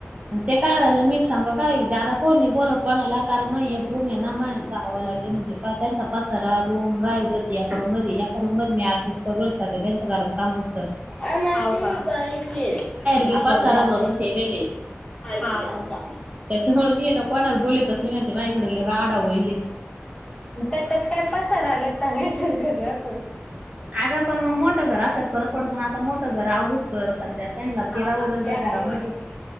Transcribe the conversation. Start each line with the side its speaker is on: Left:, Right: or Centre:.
Right: ते काय झालं मी सांग काय जादा कोण नाही बोलत कोणाला कारण मग
Left: आला.
Right: एक रूम ये ना म जावं लागे म्हजे प स रूम राल मध्ये याका रूम मध्ये मीस् कर त्यांच घराात काम असत.
Left: अ बाईचे आपल्याला
Right: बी पसारा
Left: जा म
Right: भरून ठेवेले
Left: हाड
Right: त्याच्यामुळे मी ना कोणाला बोलतच नाही म्हती माझकडे राडा वहिले
Left: त्याच्यात काय पस राहिला सांगायच्याच घर-
Right: अगं पण मग मोठं घर असल पररक पडत आता मोठं घर आववरत. कर सध्या त्यांना
Left: हा
Right: तेिरा
Left: हा
Right: उडल
Left: ते
Right: त्या
Left: आहे
Right: घरामध्ये
Left: बरोबर.